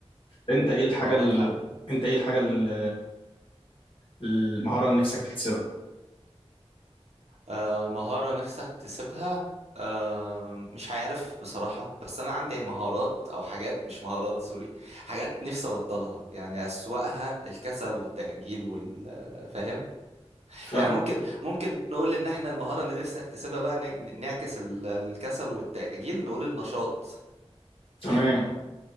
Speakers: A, on the left; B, on the right.
A: انت ايه الحاجه
B: والله
A: ال...
B: حلو
A: انت ايه الحاجه ال... المهاره اللي نفسك تكتسبها
B: آه مهارة نفسك تسيبها آه مش عارف بصراحة بس أنا عندي مهارات أو حاجات مش مهارات سوري حاجات نفسي أبطلها يعني أسوأها الكسل والتأجيل والفهم
A: فاهمه
B: يعني ممكن ممكن نقول ان احنا المهارة اللي نفسي اكتسبها بقى ن- نعكس ال- الكسل والتأجيل نقول النشاط
A: تمام
B: <laughs>